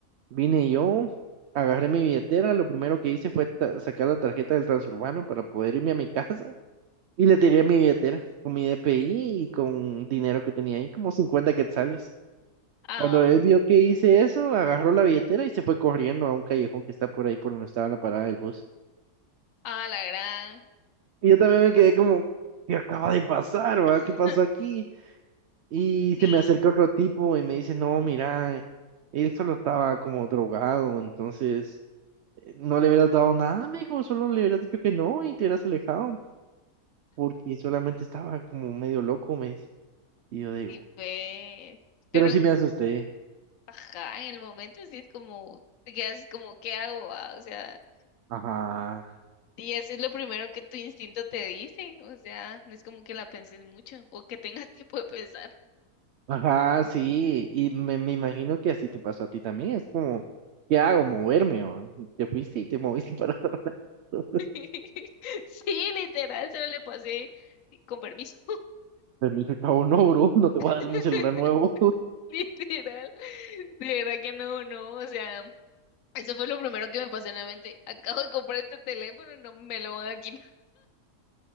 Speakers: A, on the right; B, on the left.
A: Vine yo, agarré mi billetera, lo primero que hice fue ta- sacar la tarjeta del transurbano para poder irme a mi casa y le tiré mi billetera con mi DPI y con dinero que tenía ahí, como 50 quetzales.
B: Ah,
A: Cuando él vio que hice eso, agarró la billetera y se fue corriendo a un callejón que está por ahí por donde estaba la parada del bus.
B: ah, la gran.
A: Y yo también me quedé como, ¿qué acaba de pasar, va?
B: <laughs>
A: ¿Qué pasó aquí? Y
B: Sí.
A: se me acerca otro tipo y me dice, no, mira, él solo estaba como drogado, entonces... No le hubieras dado nada, me dijo, solo le hubieras dicho que no y te hubieras alejado, porque solamente estaba como medio loco, me dice. Y yo digo,
B: Y pues,
A: pero
B: pero
A: sí
B: en,
A: me asusté.
B: ajá, en el momento sí es como, te quedas como, ¿qué hago? va? O sea,
A: Ajá,
B: y eso es lo primero que tu instinto te dice, o sea, no es como que la penses mucho o que tengas <laughs> tiempo de pensar.
A: ajá, sí, y me, me imagino que así te pasó a ti también, es como, ¿qué hago? Moverme, va. Y Te fuiste y te moviste <laughs> para otro. lado.
B: <laughs> Sí, literal, se le pasé sí, con permiso,
A: Pero me dijo, el cabo, no, bro, no te voy a dar
B: <laughs>
A: mi celular nuevo.
B: literal. De verdad que no, no, o sea, eso fue lo primero que me pasó en la mente. Acabo de comprar este teléfono, no me lo van a quitar.